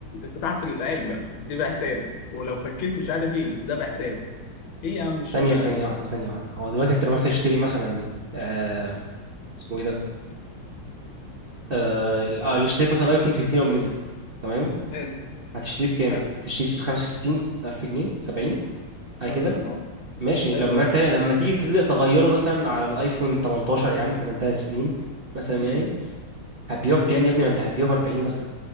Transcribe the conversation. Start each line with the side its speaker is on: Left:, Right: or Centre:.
Left: فتحت العلبه دي بحساب ولو فكيت مش عارف ايه ده بحساب ايه يا عم الشغلانه
Right: ثانية ثانية
Left: دي
Right: واحدة ثانية واحدة هو دلوقتي انت لما رحت تشتري مثلا آه اسمه ايه ده آه ال- آه، اللي اشتريت مثلا ايفون 15 لما نزل تمام
Left: حلو
Right: هتشتريه بكام؟
Left: ها
Right: تشتريه ب 65 ألف جنيه 70 حاجة
Left: مثلا
Right: كده
Left: اه
Right: ماشي
Left: حلو
Right: لما
Left: اه
Right: انت لما تيجي تبدأ تغيره مثلا على الايفون 18 يا عم كمان 3 سنين مثلا يعني
Left: امم
Right: هتبيعه بكام
Left: امم
Right: يا ابني ما انت هتبيعه ب 40 مثلا